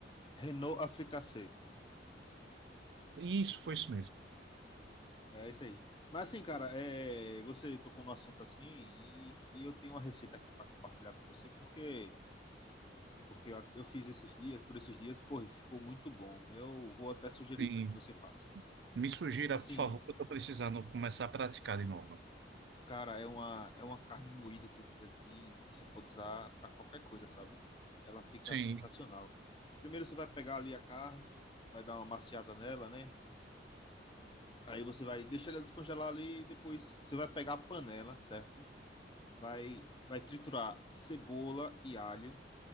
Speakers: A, on the left; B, on the right.
A: Renault Africassé.
B: Isso, foi isso
A: É isso aí. Mas assim, cara, é, você tocou no assunto assim e, e eu tenho uma receita aqui para compartilhar com você, porque porque eu, eu fiz esses dias, por esses dias, pô, e ficou muito bom. Eu vou até sugerir
B: mesmo.
A: para que você faça.
B: Me sugira,
A: Assim,
B: por favor, que eu estou precisando começar a praticar de novo.
A: cara, é uma, é uma carne moída que eu fiz aqui e você pode usar para qualquer coisa, sabe? Ela fica
B: Sim,
A: sensacional. Primeiro você vai pegar ali a carne, vai dar uma maciada nela, né? Aí você vai deixar ela descongelar ali e depois você vai pegar a panela, certo? Vai, vai triturar cebola e alho.